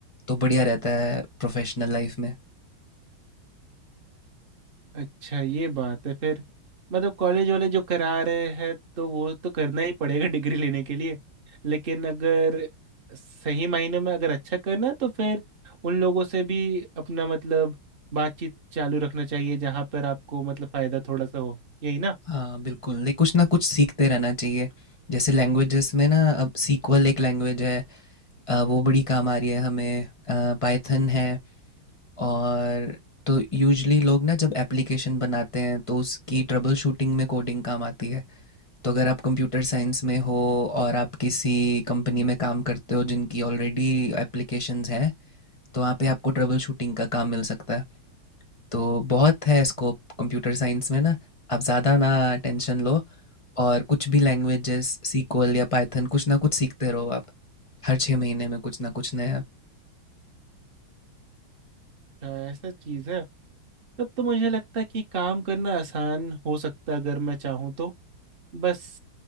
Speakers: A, on the left; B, on the right.
A: तो बढ़िया रहता है प्रोफेशनल लाइफ में
B: अच्छा ये बात है फिर मतलब कॉलेज वाले जो करा रहे हैं तो वो तो करना ही पड़ेगा डिग्री लेने के लिए लेकिन अगर सही मायने में अगर अच्छा करना है तो फिर उन लोगों से भी अपना मतलब बातचीत चालू रखना चाहिए जहाँ पर आपको मतलब फ़ायदा थोड़ा सा हो यही ना
A: हाँ बिल्कुल लाइक कुछ ना कुछ सीखते रहना चाहिए जैसे लैंग्वेजेस में ना अब सीक्वल एक लैंग्वेज है अ, वो बड़ी काम आ रही है हमें अ, पायथन है और तो यूजुअली लोग ना जब एप्लीकेशन बनाते हैं तो उसकी ट्रबल शूटिंग में कोडिंग काम आती है तो अगर आप कंप्यूटर साइंस में हो और आप किसी कंपनी में काम करते हो जिनकी ऑलरेडी एप्लीकेशंस हैं तो वहाँ पे आपको ट्रबल शूटिंग का काम मिल सकता है तो बहुत है स्कोप कंप्यूटर साइंस में ना आप ज़्यादा ना टेंशन लो और कुछ भी लैंग्वेजेस सीक्वल या पाइथन कुछ ना कुछ सीखते रहो आप हर छः महीने में कुछ ना कुछ नया
B: हाँ, ऐसा चीज़ है तब तो मुझे लगता है कि काम करना आसान हो सकता अगर मैं चाहूँ तो बस